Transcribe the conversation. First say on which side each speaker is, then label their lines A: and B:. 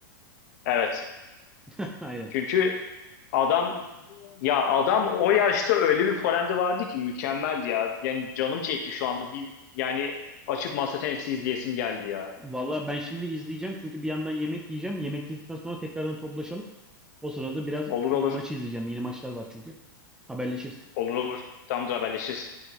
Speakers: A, on the left (about 55°); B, in the centre.
A: Evet.
B: <laughs> Aynen.
A: Çünkü adam ya adam o yaşta öyle bir forehand'i vardı ki mükemmel ya. Yani canım çekti şu anda. Bir yani açıp masa tenisi izleyesim geldi ya.
B: Vallahi ben şimdi izleyeceğim. Çünkü bir yandan yemek yiyeceğim. Yemek yedikten sonra tekrardan toplaşalım. O sırada biraz
A: Olur olur.
B: e, maçı izleyeceğim. Yeni maçlar var çünkü. Haberleşiriz.
A: Olur olur. Tamamdır haberleşiriz.